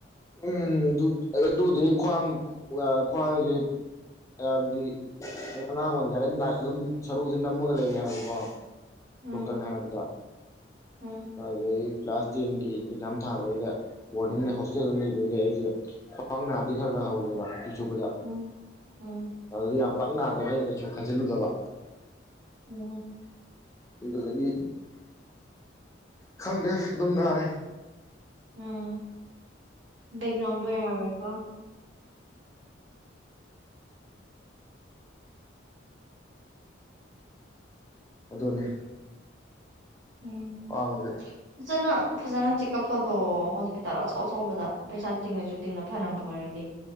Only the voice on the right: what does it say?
ꯎꯝ
ꯎꯝ
ꯎꯝ
ꯎꯝ ꯎꯝ
ꯑꯣ
ꯎꯝ ꯕꯦꯛꯒ꯭ꯔꯥꯎꯟꯗꯣ ꯌꯥꯔꯣꯏꯀꯣ
ꯎꯝ
ꯐꯖꯅ ꯐꯖꯅ ꯆꯦꯛꯑꯞ ꯇꯧꯊꯣꯛꯑꯣ ꯍꯣꯁꯄꯤꯇꯥꯜ ꯑꯆꯧ ꯑꯆꯧꯕꯗ ꯄꯩꯁꯥ ꯇꯤꯡꯉꯖꯨ ꯇꯤꯡꯅ ꯐꯅꯕ ꯑꯣꯏꯔꯗꯤ